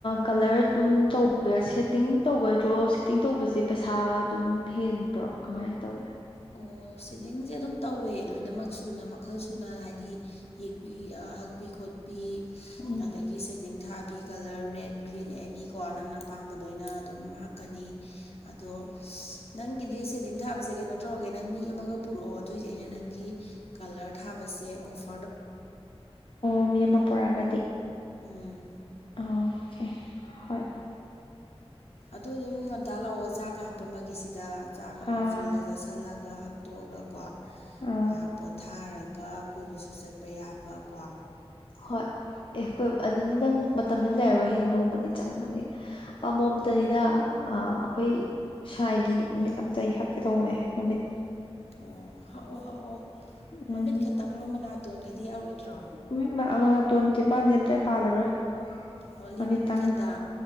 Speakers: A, on the left; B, on the left.
A: ꯀꯂꯔ ꯑꯗꯨꯝ ꯇꯧꯕꯦ ꯁꯦꯠꯇꯤꯡ ꯇꯧꯒꯗ꯭ꯔꯣ ꯁꯦꯠꯇꯤꯡ ꯇꯧꯕꯁꯦ ꯄꯩꯁꯥ ꯑꯗꯨꯝ ꯍꯦꯟꯕ꯭ꯔꯣ ꯀꯃꯥꯏꯅ ꯇꯧꯏꯦ
B: ꯑꯣ ꯁꯤꯦꯗꯤꯤꯡꯁꯦ ꯑꯗꯨꯝ ꯇꯧꯋꯦ ꯂꯣꯏꯅꯃꯛ ꯁꯨꯅ ꯃꯈꯜ ꯁꯨꯅ ꯍꯥꯏꯗꯤ ꯌꯦꯛꯄꯤ ꯍꯛꯄꯤ ꯈꯣꯠꯄꯤ
A: ꯎꯝ
B: ꯑꯗꯒꯤ ꯤꯡ ꯊꯥꯕꯤ ꯀꯂꯔ ꯔꯦꯠ ꯒ꯭ꯔꯤꯟ ꯑꯦꯅꯤ ꯀꯣ ꯅꯪꯅꯝ ꯂꯣꯏꯅ ꯑꯗꯨꯝ ꯍꯥꯞꯀꯅꯤ ꯑꯗꯣ ꯅꯪꯒꯤꯗꯤ ꯁꯦꯠꯇꯤꯡ ꯊꯥꯕꯁꯦ ꯀꯩꯅꯣ ꯇꯧꯔꯒꯦ ꯅꯪ ꯃꯤ ꯑꯃꯒ ꯄꯨꯔꯛꯑꯣ ꯑꯗꯨꯑꯣꯏꯗꯤ ꯑꯩꯅ ꯅꯪꯒꯤ꯫ ꯀꯂꯔ ꯊꯥꯕꯁꯦ ꯑꯣꯐ꯫
A: ꯑꯣ ꯃꯤ ꯑꯃ ꯄꯨꯔꯛꯑꯒꯗꯤ꯫
B: ꯎꯝ
A: ꯑꯣꯀꯦ ꯍꯣꯏ
B: ꯑꯗꯨ ꯑꯗꯨꯝ ꯉꯟꯇꯥ ꯂꯥꯛꯑꯣ ꯆꯥꯛꯀ ꯍꯥꯞꯄꯃꯒ ꯁꯤꯗ ꯆꯥꯛ ꯑꯃ
A: ꯑꯥ
B: ꯐꯨꯜꯗ ꯆ ꯆꯜꯂꯒ ꯍꯛꯇꯣꯛꯑꯒꯀꯣ
A: ꯑꯥ
B: ꯉꯥꯏꯍꯥꯛ ꯄꯣꯊꯥꯔꯒ ꯀꯣꯏꯕꯁꯨ ꯆꯠꯄ ꯌꯥꯕꯀꯣ
A: ꯍꯣꯏ ꯑꯦ ꯍꯣꯏ ꯑꯗꯨꯗꯤ ꯅꯪ ꯃꯇꯝꯗꯨ ꯂꯩꯔꯔꯣꯏꯍꯦ ꯅꯣꯡꯃꯗꯤ ꯆꯪꯕꯅꯦ ꯄꯥꯃꯣꯝꯇꯅꯤꯗ ꯑꯩꯈꯣꯏ ꯁ꯭ꯋꯥꯥꯏꯒꯤ ꯃꯃꯤꯠ ꯑꯝꯇ ꯑꯩ ꯍꯛꯀꯦ ꯇꯧꯕꯅꯦ ꯃꯃꯤꯠ
B: ꯑꯣ ꯍꯥꯛꯑꯣ ꯍꯥꯛꯑꯣ
A: ꯎꯝ
B: ꯅꯨꯃꯤꯠ ꯈꯛꯇꯪ ꯂꯣ ꯃꯅꯥꯇꯣꯟꯒꯗꯤ ꯌꯥꯎꯔꯣꯏꯗ꯭ꯔꯣ
A: ꯎꯝ ꯂꯥꯛꯑꯒ ꯅꯥꯇꯣꯟ ꯆꯤꯝꯄꯥꯟꯗꯤ ꯑꯝꯇ ꯄꯥꯜꯂꯔꯣꯏ
B: ꯑꯣꯡꯂꯤ
A: ꯃꯃꯤꯠꯇꯪ
B: ꯃꯃꯤꯠ ꯍꯇꯥ